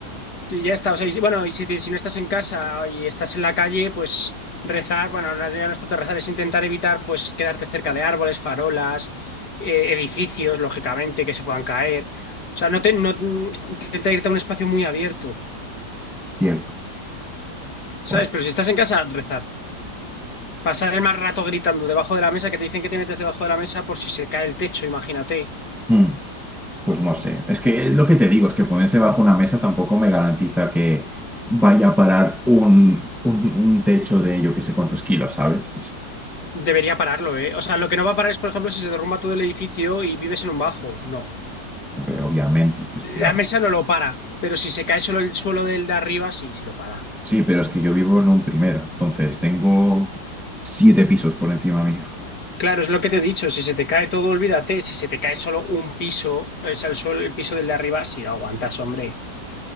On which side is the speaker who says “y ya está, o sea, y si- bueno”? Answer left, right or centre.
Left